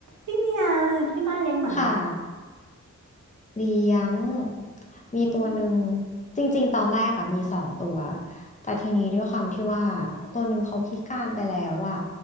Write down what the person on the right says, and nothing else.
พี่เมียที่บ้านเลี้ยงหมาไหม
อุ๊ย